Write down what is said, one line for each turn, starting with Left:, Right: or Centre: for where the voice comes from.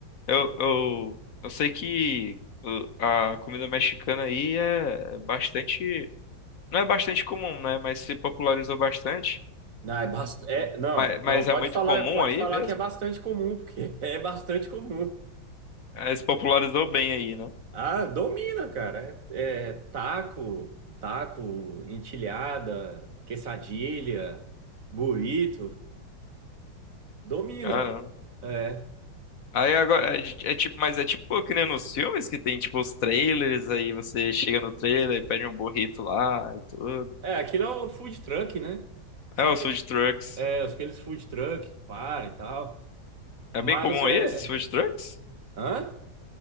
Left: eu, eu, eu sei que o- a comida mexicana aí é é bastante. Não é bastante comum, né? Mas se popularizou bastante.
Right: Não, é bastante. não,
Left: Mas, mas
Right: não, pode
Left: é muito
Right: falar,
Left: comum
Right: pode
Left: aí
Right: falar
Left: mesmo?
Right: que é bastante comum, porque <laughs> é bastante comum.
Left: É, se popularizou bem aí, né?
Right: Ah, domina, cara. É, é taco, taco, entilhada, quesadilha, burrito, domina.
Left: Caramba.
Right: É.
Left: Aí agora, é, de- é tipo, mas é tipo que nem nos filmes que tem tipo os trailers, aí você chega no trailer, pede um burrito lá e tudo.
Right: É, aquilo é o food truck, né? Sabe
Left: É, os
Right: o que
Left: food trucks.
Right: É, aqueles food truck, para e tal.
Left: É
Right: Mas
Left: bem comum
Right: é.
Left: aí esses food trucks?
Right: Hã?